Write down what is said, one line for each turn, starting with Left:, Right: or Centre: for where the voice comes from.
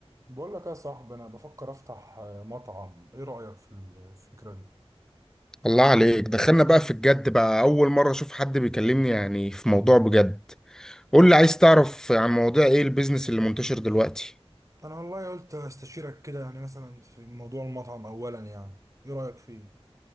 Right: بقول لك يا صاحبي انا بفكر افتح آه، مطعم ايه رأيك في الفكرة دي
Centre: الله عليك دخلنا بقى في الجد بقى أول مرة أشوف حد بيكلمني يعني في موضوع بجد قول لي عايز تعرف عن مواضيع إيه البيزنس اللي منتشر دلوقتي
Right: انا والله قلت استشيرك كده يعني مثلا في موضوع المطعم اولا يعني ايه رايك فيه